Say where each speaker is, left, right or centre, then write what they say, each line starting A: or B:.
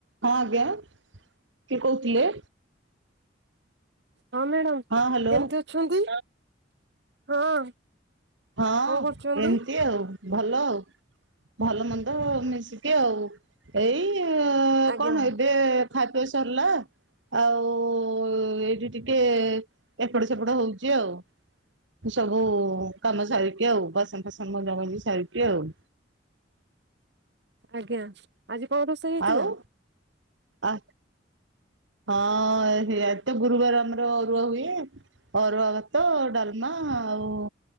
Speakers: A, on the right; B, on the right.
A: ହଁ ଆଜ୍ଞା କିଏ କହୁଥିଲେ?
B: ହଁ ମ୍ୟାଡ଼ାମ
A: ହଁ ହ୍ୟାଲୋ
B: କେମିତି ଅଛନ୍ତି ହଁ।
A: ହଁ
B: କଣ କରୁଛନ୍ତି?
A: ଏମିତି ଆଉ। ଭଲ ଆଉ ଭଲ ମନ୍ଦ ମିଶିକି ଆଉ। ଏଇ
B: ଆଜ୍ଞା
A: କଣ ଏବେ ଖା ପିଅ ସରିଲା। ଆଉ ଏଇଠି ଟିକେ ଏପଟ ସେପଟ ହଉଛି ଆଉ। ସବୁ କାମ ସାରିକି ଆଉ ବାସନ ଫାସନ ମଜା ମଜିକି ସାରିକି ଆଉ।
B: ଆଜ୍ଞା ଆଜି କଣ ରୋଷେଇ ହୋଇଥିଲା?
A: ଆଉ ଆ ହଁ ସେଇଆଡେ ତ ଗୁରୁବାର ଆମର ଅରୁଆ ହୁଏ। ଅରୁଆ ଭାତ ଡାଲମା ଆଉ